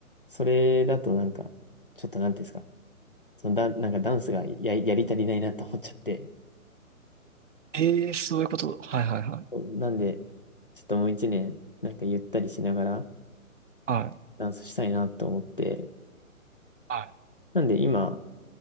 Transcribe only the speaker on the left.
それだとなんか、ちょっとなんていうんですか、そのだ、なんかダンスがや、やり足りないなと思っちゃって。
なんで、ちょっともう一年、なんかゆったりしながら
ダンスしたいなと思って。
なんで今、